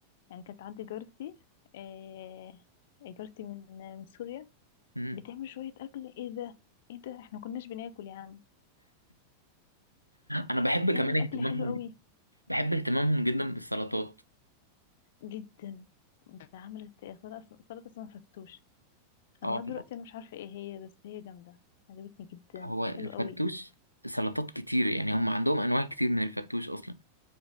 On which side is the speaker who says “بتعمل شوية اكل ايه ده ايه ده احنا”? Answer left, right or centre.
Left